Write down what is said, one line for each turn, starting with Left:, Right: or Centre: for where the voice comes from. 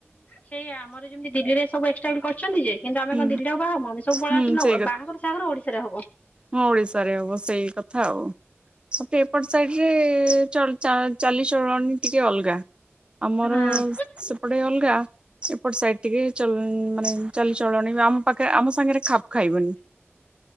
Left: ସେଇଆ ଆମର ଯେମିତି ଦିଲ୍ଲୀରେ ସବୁ ଏକ୍ସଷ୍ଟାଇଲି କରିଚନ୍ତି ଯେ କିନ୍ତୁ ଆମ
Right: ହୁଁ
Left: କଣ ଦିଲ୍ଲୀରେ ଆଉ ବାହା ହୋମୁ। ଆମେ ସବୁ ପଳେଇ
Right: ହୁଁ
Left: ଆସିଲୁ
Right: ସେଇ
Left: ଆଉ
Right: କଥା
Left: ବାହାଘର ତାଙ୍କର ଓଡିଶାରେ ହବ।
Right: ହଁ ଓଡିଶାରେ ହବ ସେଇ କଥା ଆଉ। ସତେ ଏପଟ ସାଇଟ ଯେ ଚ-ଚା-ଚାଲିଚଳଣି ଟିକେ ଅଲଗା
Left: ହୁଁ
Right: ଆମର। ସେପଟେ ଅ ଲଗା ସେପଟ ସାଇଡ୍ ଟିକେ ଚଲ୍ ମାନେ ଚାଲି ଚଳଣି ଆମ ପାଖେ ଆମ ସାଙ୍ଗରେ ଖାପ୍ ଖାଇବନି।